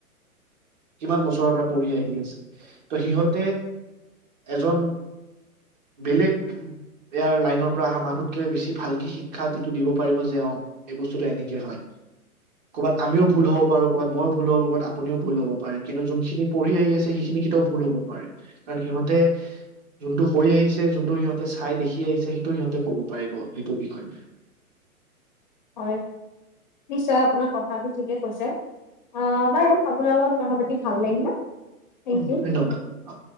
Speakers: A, on the right; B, on the left.
A: কিমান বছৰৰ পৰা পঢ়ি আহি আছে ত সিহঁতে এজন বেলেগ ইয়াৰ লাইনৰ পৰা অহা মানুহতকে বেছি ভালকে শিক্ষাটো দিব পাৰিব যে অ এই বস্তুটো এনেকে হয় কৰ'বাত আমিও ভুল হ'ব পাৰো কৰ'বাত ময়ো ভুল হব ক'বাত আপুনিও ভুল হ'ব পাৰে কিন্তু যোনখিনি পঢ়ি আহি আছে সেইখিনি কেতিয়াও ভুল হব নোৱাৰে কাৰণ সিহঁতে যোনটো হৈ আহিছে যোনটো সিহঁতে চাই দেখি কি আহিছে সেইটো সিহঁতে ক'ব পাৰিব সেইটোৰ বিষয়ে।
B: হয়, নিশ্চয় আপোনাৰ কথাটো ঠিকে কৈছে। অ বাৰু আপোনাৰ লগত কথা পাতি ভাল লাগিলে। থেংক
A: অ
B: ইউ।
A: ধন্যবাদ অ